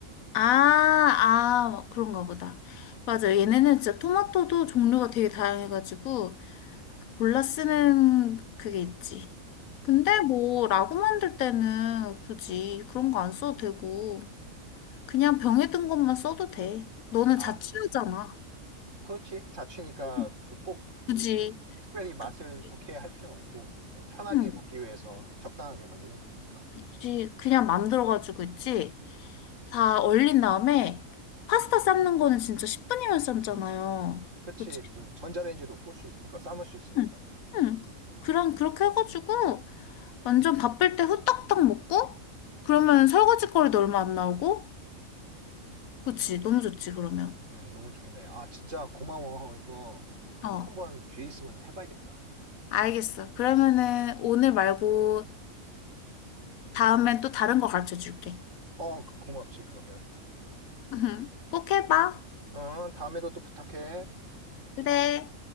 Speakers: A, on the left; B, on the right.
A: 아, 아, 그런가 보다. 맞아. 얘네는 진짜 토마토도 종류가 되게 다양해가지고, 골라 쓰는 그게 있지.
B: 음.
A: 근데
B: 음.
A: 뭐 라고 만들 때는 굳이 그런 거 안 써도 되고 그냥 병에 든 것만 써도 돼. 너는
B: 아,
A: 자취하잖아.
B: 그렇지. 자취니까
A: 음,
B: 그 꼭
A: 굳이
B: 특별히 맛을
A: 그렇게,
B: 좋게 할 필요는 없고, 그냥 편하게
A: 응,
B: 먹기 위해서 적당하게 만들면 되니까.
A: 그치. 그냥 만들어가지고 있지. 다 얼린 다음에 파스타 삶는 거는 진짜 10분이면 삶잖아요.
B: 그치.
A: 그치?
B: 그 전자레인지도 끌수 있, 으니까 삶을 수 있으니까.
A: 응, 응. 그런, 그렇게 해가지고 완전 바쁠 때 후딱딱 먹고 그러면 설거지 거리도 얼마 안 나오고 그치, 너무 좋지, 그러면.
B: 음, 너무 좋겠네. 아, 진짜 고마워. <laughs> 이거
A: 어,
B: 꼭 한번 기회 있으면 해봐야겠다.
A: 알겠어. 그러면은 오늘 말고 다음엔 또 다른 거 가르쳐 줄게.
B: 어, 그- 고맙지, 그러면.
A: <laughs> 꼭 해봐.
B: 어, 다음에도 또 부탁해.
A: 그래.